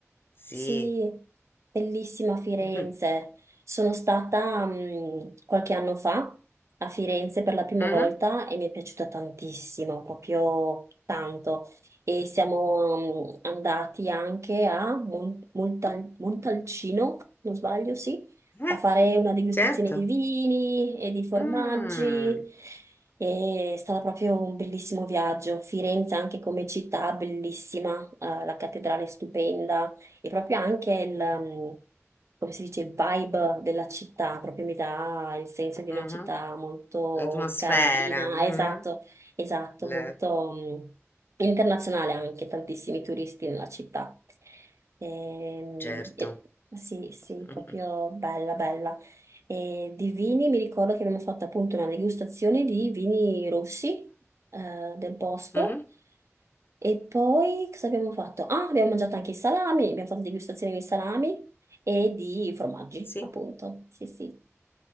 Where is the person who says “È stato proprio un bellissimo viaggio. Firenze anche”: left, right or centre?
Right